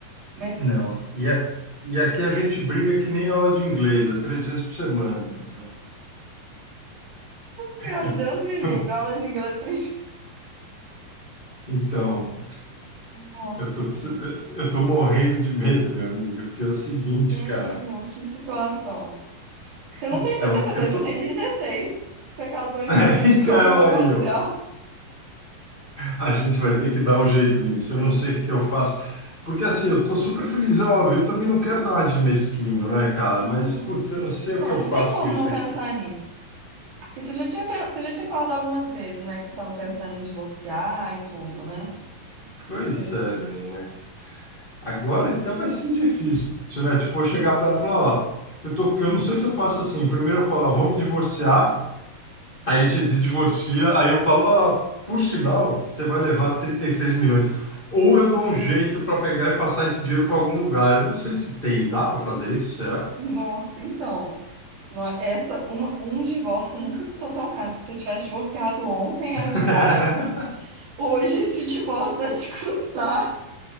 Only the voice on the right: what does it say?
Mas,
senhora,
Deus me livre, aula de inglês três.
Nossa,
sim.
Senhor,
que situação. Você não
tem 72,
você
tem 36? Você casou em
regime
de comunhão
<laughs> parcial.
Uhum.
Não,
não
tem como
não pensar
nisso. E você já tinha, pen- você já tinha falado algumas vezes, né? Que você estava pensando em divorciar e tudo, né?
Você,
você-
Nossa, então. No- Essa, uma, um divórcio nunca custou tão caro. Se você tivesse divorciado ontem, era
de graça. Hoje esse divórcio vai te custar